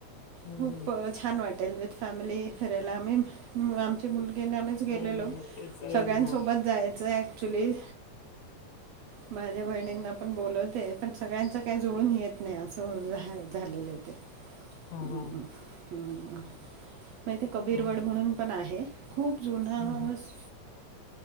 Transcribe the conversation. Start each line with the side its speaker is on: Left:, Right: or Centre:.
Left: हम्म
Right: खूप
Left: हम्म
Right: अ, छान वाटेल विथ फॅमिली फिरायला आम्ही आमची मुलगी आणि आम्हीच गेलेलो.
Left: नाही नाही नक्कीच येईल
Right: सगळ्यांसोबत
Left: ना
Right: जायचंय ऍक्चुली माझ्या बहिणी पण बोलवते पण सगळ्यांच काही जुळून येत नाही असं झा झालेलय ते.
Left: हा
Right: हम्मम
Left: हा
Right: हम्म मग इथे
Left: हम्म
Right: कबीरवड म्हणून पण आहे. खूप जुन
Left: हम्म
Right: अस